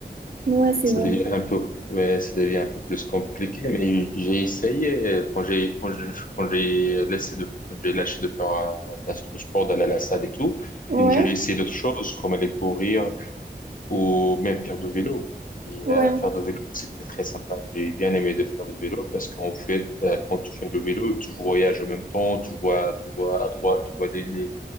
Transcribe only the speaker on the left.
ça
devient un peu, ouais, ça devient un peu plus compliqué. Mais j'ai essayé euh, quand j'ai, quand j'ai, quand j'ai laissé de, j'ai lâché de faire euh, la- le sport, d'aller à la salle et tout.
Donc j'ai essayé d'autres choses, comme aller courir, ou même faire du vélo. Et
euh, faire du vélo, c'était très sympa. J'ai bien aimé de faire du vélo parce qu'en fait, euh, quand tu fais le vélo, tu voyages en même temps, tu vois, tu vois à droite, tu vois les, les,